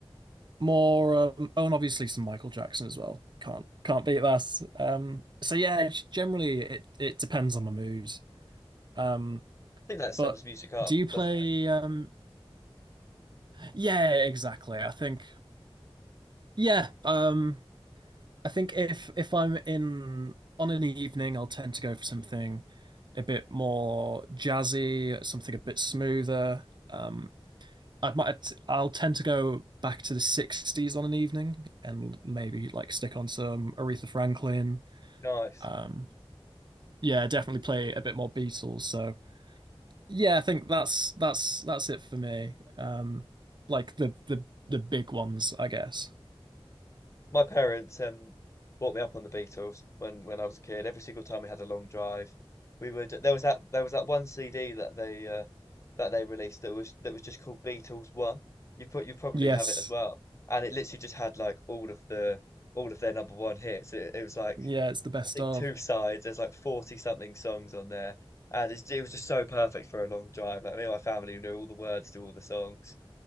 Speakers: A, on the right; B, on the left.
A: more um, oh and obviously some Michael Jackson as well. Can't can't beat that. Um so yeah, generally it it depends on my mood. Um
B: think that sums
A: but
B: music up,
A: do you play
B: doesn't it?
A: um yeah, exactly. I think yeah, um I think if if I'm in on an evening I'll tend to go for something a bit more jazzy, something a bit smoother. Um I might I'll tend to go back to the 60s on an evening and maybe like stick on some Aretha Franklin.
B: Nice.
A: Um yeah, definitely play a bit more Beatles. So yeah, I think that's that's that's it for me. Um like the the the big ones, I guess.
B: My parents um brought me up on the Beatles when when I was a kid. Every single time we had a long drive, we would there was that there was that one CD that they uh, that they released that was that was just called Beatles One. You put you probably
A: Yes.
B: have it as well, and it literally just had like all of the all of their number one hits. It, it was like
A: Yeah, it's the best
B: I think
A: of.
B: two sides. There's like forty something songs on there, and it's, it was just so perfect for a long drive. Like me and my family knew all the words to all the songs.